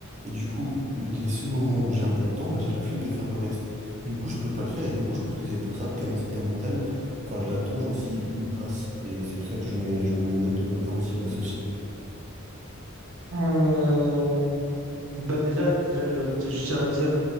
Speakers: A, on the right; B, on the right.
A: Et du coup, les seuls moments où j'ai un peu de temps, bah, j'ai la flemme de faire le reste. Du coup, je peux pas le faire. Et du coup, je pense que c'est pour ça que ma santé mentale, enfin, je la trouve aussi basse. Et c'est pour ça que je mets, je me mets une note de bonheur aussi basse aussi.
B: Euh, Bah déjà, déjà, je dois, je tiens à dire